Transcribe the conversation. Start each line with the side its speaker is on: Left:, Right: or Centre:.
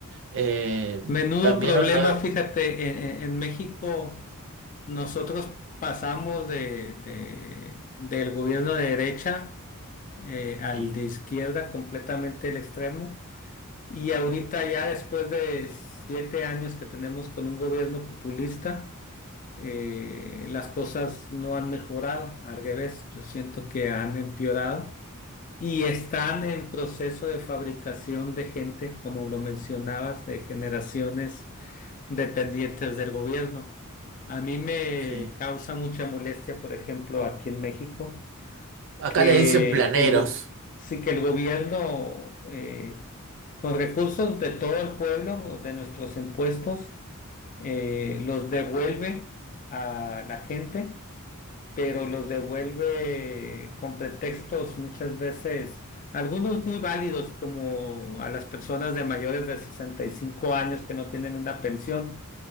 Right: Eh,
Left: Menudo
Right: también
Left: problema,
Right: otra...
Left: fíjate, en, en- en México Nosotros pasamos de, de- del gobierno de derecha eh, al
Right: Sí,
Left: de izquierda, completamente el extremo. Y ahorita ya después de siete años que tenemos con un gobierno populista, eh, las cosas no han mejorado. Al revés, yo siento que han empeorado. Y están en proceso de fabricación de gente, como lo mencionabas, de generaciones dependientes del gobierno. A mí me
Right: sí.
Left: causa mucha molestia, por ejemplo, aquí en México,
Right: Acá
Left: que
Right: le dicen planeros,
Left: el, go- sí que el gobierno, eh, con recursos de todo el pueblo, de nuestros impuestos, eh, los devuelve a la gente, pero los devuelve con pretextos muchas veces. Algunos muy válidos, como a las personas de mayores de 65 años que no tienen una pensión,